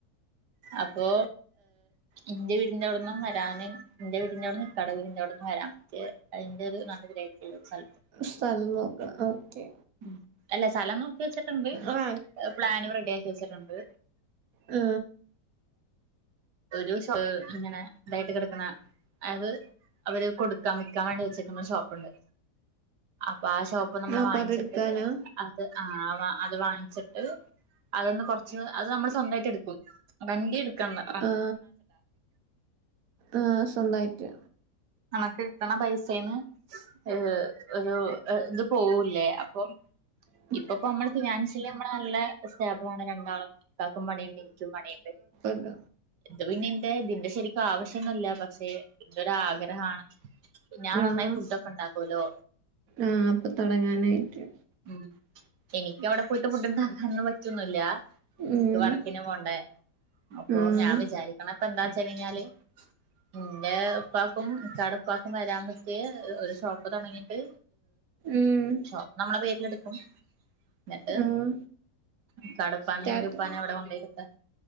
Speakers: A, on the right; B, on the right.
A: അപ്പോ എന്റെ വീടിന്റെവിടന്ന് വരാൻ എന്റെ വീടിന്റെറ അവിടന്ന് ഇക്കാൻറ വീടീ അവിട്ന്ന് വരാം മറ്റേ അതിന്റെറെ ഒരു നടുവിലാണ് സ്ഥലത്ത്
B: സ്ഥലം ഓക്കെ
A: ഉം അല്ല സ്ഥലം നോക്കി വെച്ചിട്ടുണ്ട്
B: ആഹ്
A: പ്ലാന് റെഡി ആക്കി വെച്ചിട്ടുണ്ട്.
B: ആ
A: ഒരു ഇങ്ങനെ ഇതായിട്ട് കിടക്കുന്ന അതായത് അവര് കൊടു വിക്കേവണ്ടി വെച്ചക്കെന്ന ഷോപ്പുണ്ട് അപ്പൊ ആ ഷോപ്പിന്ന് നമ്മൾ
B: അപ്പൊ
A: വാങ്ങിച്ചിട്ട്
B: അതെടുക്കാനാ
A: അത് ആ അത് വാങ്ങിച്ചിട്ട് അതൊന്ന് കൊറച്ച് അത് നമ്മൾ സ്വന്തമായിട്ട് എടുക്കും വണ്ടി എടുക്കണ്ടാ
B: ആ ആ സ്വന്തായിട്ട്
A: നമുക്ക് കിട്ടണ പൈസേന്ന് ഏ ഒരു ഇത് പോവൂല്ലേ അപ്പൊ
B: ഉ
A: ഇപ്പ ഇപ്പൊ നമ്മള് ഫിനാൻഷ്യലി നമ്മള് നല്ലെ സ്റ്റേബിൾ ആണ് രണ്ടാളും ഇക്കാക്കും പണിയിണ്ട് ഇനിക്കുംപണിയിണ്ട്
B: അല്ല
A: ഇന്ത് പിന്നെന്റെ ഇതിന്റെ ശരിക്കും ആവശ്യൊന്നല്ല പക്ഷെ ഇന്റെൊരാഗ്രഹം അ ഞാൻ നന്നായി
B: ആഹ്
A: ഫുഡ് ഒക്കെ ഉണ്ടാക്കൊല്ലോ
B: ആഹ് അപ്പൊ തൊടങ്ങാനായിട്ട്
A: ഉ എനിക്ക് അവിടെ പോയി ഫുഡ് ഉണ്ടാക്കാനൊന്നും പറ്റൊന്നുല്ല
B: ഉം
A: വർക്കിന് പോണ്ടേ അപ്പൊ
B: ആഹ്
A: ഞാൻ വിചാരിക്കണ ഇപ്പ എന്താച്ചഴിഞ്ഞാല് എന്റെ ഉപ്പാക്കും ഇക്കാട് ഉപ്പാക്കും വരാബാറ്റെയ് ഒരു ഷോപ്പ് തുടങ്ങിട്ട്
B: ഉം
A: ഷോപ്പ് നമ്മളെ പേരിലെടുക്കും എന്നിട്ട്
B: ആഹ്
A: ഇക്കാടെ ഉപ്പാനെയും
B: സ്റ്റാർട്ട്
A: ഇന്റെ ഉപ്പാന അവിടെ കൊണ്ടോയിരിത്താൻ